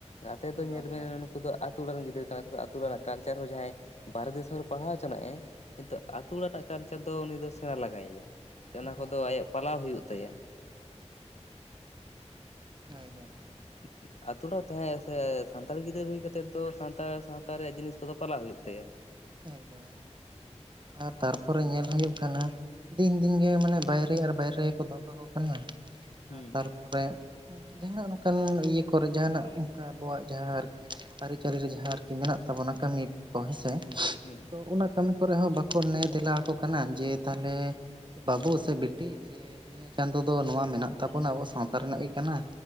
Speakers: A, on the left; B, on the right.
A: ᱜᱟᱛᱮ
B: ᱦᱮᱸ
A: ᱫᱚ ᱧᱮᱞ
B: ᱵᱟᱝ
A: ᱵᱤᱱ
B: ᱵᱟᱝ
A: ᱱᱩᱠᱩ ᱫᱚ ᱟ. ᱛᱩ ᱚᱲᱟᱜ ᱨᱤᱱ ᱜᱤᱫᱽᱨᱟᱹ ᱠᱟᱱᱟ ᱠᱚ ᱥᱮ ᱟ. ᱛᱩ ᱚᱲᱟᱜ ᱨᱮᱱᱟᱜ ᱠᱟᱞᱪᱟᱨ ᱦᱚᱸ ᱡᱟᱦᱟᱸᱭ ᱵᱟᱨᱦᱮ ᱫᱤᱥᱚᱢ ᱨᱮ ᱯᱟᱲᱦᱟᱣ ᱪᱚᱱᱟᱜᱮ ᱠᱤᱱᱛᱩ ᱟᱹᱛᱩ ᱚᱲᱟᱜ ᱨᱮᱱᱟᱜ ᱠᱟᱞᱪᱟᱨ ᱫᱚ ᱩᱱᱤ ᱫᱚ ᱥᱮᱬᱟ ᱞᱟᱜᱟᱭᱮᱭᱟ᱾ ᱥᱮ ᱚᱱᱟ
B: ᱦᱮᱸ
A: ᱠᱚᱫᱚ ᱟᱭᱟᱜ ᱯᱟᱞᱟᱣ ᱦᱩᱭᱩᱜ ᱛᱟᱭᱟ᱾
B: ᱦᱚᱭ ᱜᱚᱝᱠᱮ᱾
A: <inaudible> ᱟ. ᱛᱩ ᱚᱲᱟᱜ ᱨᱮ ᱛᱟᱦᱮᱸ ᱥᱮ ᱥᱟᱱᱛᱟᱲᱤ ᱜᱤᱫᱟᱹᱨ ᱦᱩᱭ ᱠᱟᱛᱮᱫ ᱫᱚ ᱥᱟᱱᱛᱟᱲ ᱥᱟᱶᱛᱟ ᱨᱮᱭᱟᱜ ᱡᱤᱱᱤᱥ ᱠᱚᱫᱚ ᱯᱟᱞᱟᱣ ᱦᱩᱭᱩᱜ ᱛᱟᱭᱟ᱾
B: ᱮᱠᱫᱚᱢ ᱟᱨ ᱛᱟᱨᱯᱚᱨᱮ ᱧᱮᱞ ᱦᱩᱭᱩᱜ ᱠᱟᱱᱟ᱾ ᱫᱤᱱ ᱫᱤᱱᱜᱮ ᱢᱟᱱᱮ ᱵᱟᱭᱨᱤ ᱟᱨ ᱵᱟᱭᱨᱟ. ᱜᱮᱠᱚ ᱫᱚᱦᱚ ᱠᱟᱠᱚ ᱠᱟᱱᱟ
A: ᱦᱩᱸ
B: ᱟᱨ ᱛᱟᱨᱯᱚᱨᱮ ᱡᱟᱦᱟᱱᱟᱜ ᱱᱚᱝᱠᱟᱱ ᱤᱭᱟᱹ ᱠᱚᱨᱮ ᱡᱟᱦᱟᱱᱟᱜ ᱚᱱᱠᱟ ᱟᱵᱚᱣᱟᱜ ᱡᱟᱦᱟᱸ ᱟᱨᱠᱤ ᱟᱹᱨᱤᱪᱟᱹᱞᱤ ᱨᱮ ᱡᱟᱦᱟᱸ ᱟᱨᱠᱤ ᱢᱮᱱᱟᱜ ᱛᱟᱵᱚᱱᱟ ᱠᱟᱹᱢᱤ ᱠᱚ ᱦᱮᱸᱥᱮ᱾
A: ᱦᱩᱸ ᱦᱩᱸ᱾
B: ᱛᱚ ᱚᱱᱟ ᱠᱟᱹᱢᱤ ᱠᱚᱨᱮ ᱦᱚ ᱵᱟᱠᱚ ᱱᱮ ᱫᱮᱞᱟ ᱟᱠᱚ ᱠᱟᱱᱟ ᱡᱮ ᱛᱟᱦᱞᱮ ᱵᱟᱹᱵᱩ ᱥᱮ ᱵᱤᱴᱤ ᱡᱮ ᱱᱤᱭᱟᱹ ᱪᱟᱸᱫᱚ ᱫᱚ ᱱᱚᱣᱟ ᱢᱮᱱᱟᱜ ᱛᱟᱵᱚᱱᱟ ᱟᱵᱚ ᱥᱟᱶᱛᱟ ᱨᱮᱱᱟᱜ ᱜᱮ ᱠᱟᱱᱟ᱾